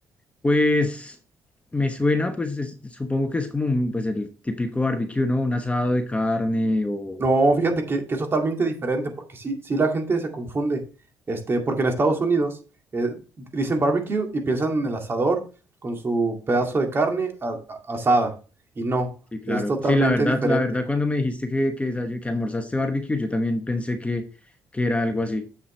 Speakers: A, on the left; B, on the right.
A: pues me suena, pues es- supongo que es como un, pues el típico barbecue, ¿no? Un asado de carne o...
B: No, fíjate que, que es totalmente diferente, porque sí, sí la gente se confunde. Este, porque en Estados Unidos eh, dicen barbecue y piensan en el asador con su pedazo de carne a- a- asada. Y no,
A: Sí, claro.
B: es totalmente
A: Sí, la verdad,
B: diferente.
A: la verdad, cuando me dijiste que, que, desayu- que almorzaste barbecue, yo también pensé que, que era algo así.